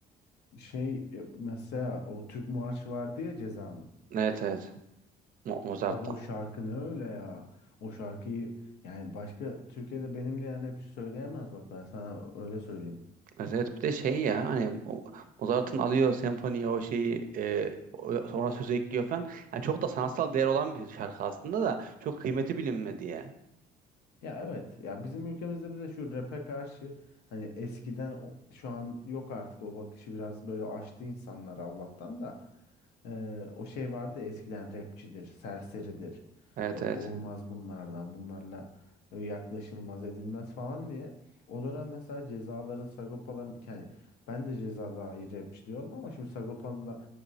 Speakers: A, on the left; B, on the right.
A: Şey e, mesela o Türk Marşı vardı ya Ceza'nın.
B: Evet evet. Mo- Mozart'tan.
A: Abi o şarkı ne öyle ya. O şarkıyı yani başka Türkiye'de benim de diyen rapçi söyleyemez bak ben sana öyle söyleyeyim.
B: Evet, evet. bir de şey ya hani o- Mozart'ın alıyor senfoniye o şeyi e, o- sonra söz ekliyor falan. Yani çok da sanatsal değer olan bir şarkı aslında da çok kıymeti bilinmedi ya.
A: Ya evet. Ya bizim ülkemizde bize şu rap'e karşı hani eskiden o- şu an yok artık o bakışı biraz böyle açtı insanlar Allah'tan da. Ee, o şey vardı ya, eskiden rapçidir, serseridir.
B: Evet
A: Yok
B: evet.
A: olmaz bunlardan. Bunlarla e, yaklaşılmaz edilmez falan diye. O dönem mesela cezaların, Sagopa'ların yani ben de ceza dair rapçi diyorum ama şimdi Sagopa'nın da